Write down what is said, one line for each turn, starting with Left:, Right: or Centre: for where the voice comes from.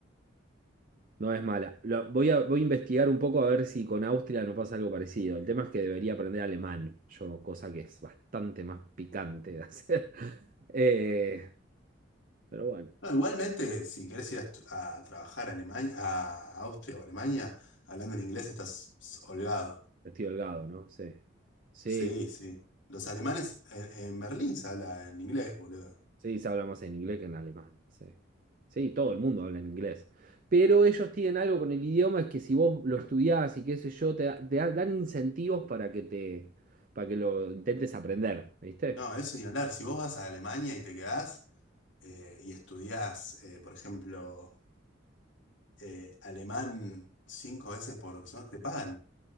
Right: No es mala. Lo- voy a, voy a investigar un poco a ver si con Austria no pasa algo parecido. El tema es que debería aprender alemán, yo, cosa que es bastante más picante de hacer. <laughs> Eh, pero bueno,
Left: No, igualmente, si querés ir a, estu- a trabajar a Alemania, a Austria o Alemania, hablando en inglés estás s- holgado.
Right: estoy holgado, ¿no? Sí. Sí,
Left: Sí, sí. Los alemanes en, en Berlín se habla en inglés, boludo.
Right: sí, se habla más en inglés que en alemán. Sí. Sí, todo el mundo habla en inglés. Pero ellos tienen algo con el idioma, es que si vos lo estudiás y qué sé yo, te, da- te da- dan incentivos para que te, para que lo intentes aprender, ¿viste?
Left: No, eso ni hablar. Si vos vas a Alemania y te quedás eh, y estudiás, eh, por ejemplo, eh, alemán cinco veces por semana, te pagan.